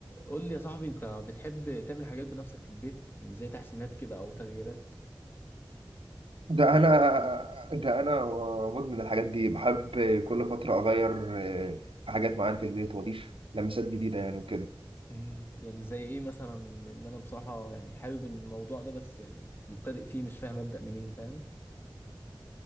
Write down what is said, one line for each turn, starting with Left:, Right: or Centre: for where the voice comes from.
Left: قول لي يا صاحبي انت بتحب تعمل حاجات بنفسك في البيت يعني زي تحسينات كده او تغييرات
Right: ده انا ده انا مدمن الحاجات دي بحب كل فتره اغير آه، في حاجات معينه في البيت واضيف لمسات جديده يعني وكده
Left: امم يعني زي ايه مثلا ان انا بصراحة يعني حابب الموضوع ده بس يعني مبتدئ فيه مش فاهم ابدأ منين فاهم